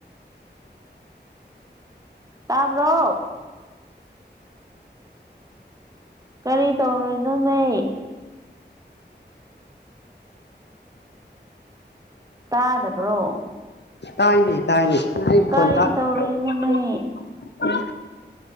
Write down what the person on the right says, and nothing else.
ꯇꯕ꯭ꯔꯣ ꯀꯔꯤ ꯇꯧꯔꯤꯅꯣꯅꯦ ꯇꯥꯗꯕ꯭ꯔꯣ
ꯀꯔꯤ
ꯇꯧꯔꯤꯅꯣꯃꯦ